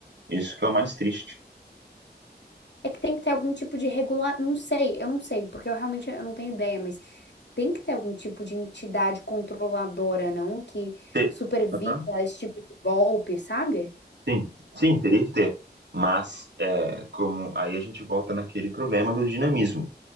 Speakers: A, on the right (about 85°); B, on the left (about 80°).
A: Isso que é o mais triste.
B: É que tem que ter algum tipo de regular, não sei, eu não sei, porque eu realmente eu não tenho ideia, mas tem que ter algum tipo de entidade controladora, não? Que
A: Te-
B: supervisa
A: Aham,
B: esse tipo de golpe, sabe?
A: Sim, sim, teria que ter. Mas, é, como aí a gente volta naquele problema do dinamismo.